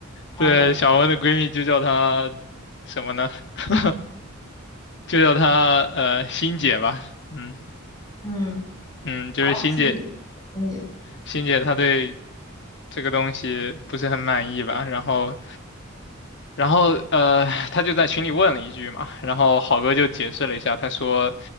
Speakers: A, on the left; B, on the left.
A: 好的，
B: 对，小文的闺蜜就叫她什么呢？<laughs> 就叫她呃欣姐吧。嗯
A: 嗯，
B: 嗯，就是欣姐，
A: 好，心理心理，
B: 欣姐她对这个东西不是很满意吧？然后然后呃，她就在群里问了一句嘛，然后好哥就解释了一下，他说